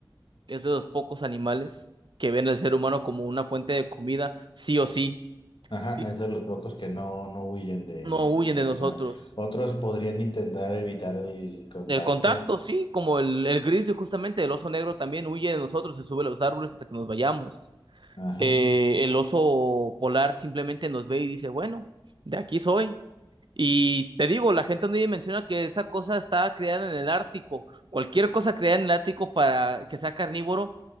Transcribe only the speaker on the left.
ajá,
es de los pocos que no, no huyen de,
de una
persona. Otros podrían intentar evitar el contacto,
ajá.